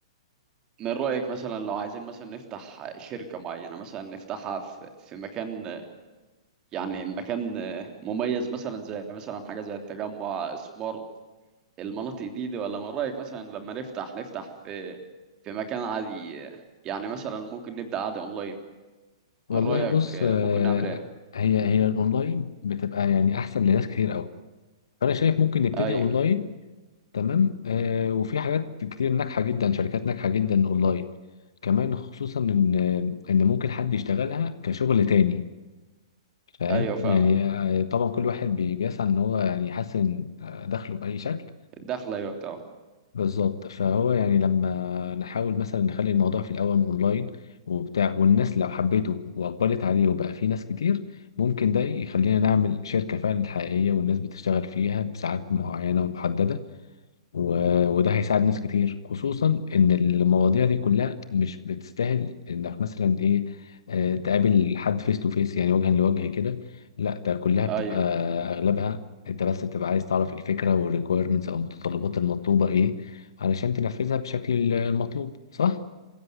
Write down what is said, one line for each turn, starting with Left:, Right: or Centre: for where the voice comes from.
Right: من رايك مثلا لو عايزين مثلا نفتح شركه معينه مثلا نفتحها في في مكان يعني مكان مميز مثلا زي مثلا حاجه زي التجمع سمارت المناطق دي, دي ولا من رايك مثلا لما نفتح نفتح في في مكان عادي يعني مثلا ممكن نبدا عادي اونلاين
Left: والله
Right: من رايك
Left: بص
Right: ممكن
Left: آه،
Right: نعمل ايه
Left: هي هي الاونلاين بتبقى يعني احسن لناس كتير قوي فانا شايف ممكن نبتدي
Right: ايوه
Left: اونلاين تمام آه، وفي حاجات كتير ناجحة جدا شركات ناجحة جدا اونلاين كمان خصوصا ان ان ممكن حد يشتغلها كشغل تاني فاهم
Right: ايوه فاهمك
Left: يعني آه، طبعا كل واحد بي- بيسعى ان هو يعني يحسن آه، دخله بأي شكل
Right: الدخله يعطي اه
Left: بالظبط فهو يعني لما نحاول مثلا نخلي الموضوع في الأول أونلاين وبتاع والناس لو حبته وأقبلت عليه وبقى فيه ناس كتير ممكن ده يخلينا نعمل شركة فعلا حقيقية والناس بتشتغل فيها بساعات معينة ومحددة و- وده هيساعد ناس كتير خصوصا ان المواضيع دي كلها مش بتستاهل انك مثلا ايه آه، تقابل حد فيس تو فيس يعني وجها لوجه كده لا ده كلها بتبقى
Right: ايوه
Left: اغلبها انت بس بتبقى عايز تعرف الفكرة والريكويرمنتس او المتطلبات المطلوبة ايه علشان تنفذها بشكل المطلوب صح؟